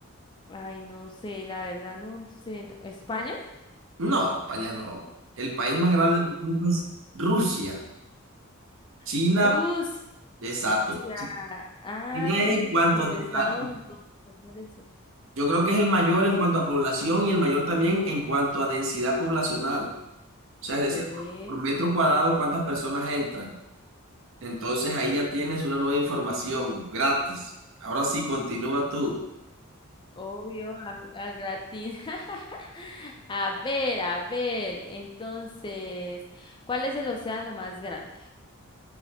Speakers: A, on the left; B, on the right.
A: ay, no sé, la verdad no sé. ¿no? ¿España?
B: No, España no. El país más grande del mundo es Rusia. China,
A: Rusia.
B: exacto.
A: ya
B: Chi-
A: ah,
B: China en cuanto
A: donde
B: a,
A: está
B: a-
A: un dos señores.
B: yo creo que es el mayor en cuanto a población y el mayor también en cuanto a densidad poblacional. O sea,
A: Ve,
B: es decir, por por metro cuadrado, ¿cuántas personas entran? Entonces ahí ya tienes una nueva información gratis. Ahora sí, continúa tú.
A: obvio, a- al gratín. <laughs> A ver, a ver. Entonces, ¿cuál es el océano más grande?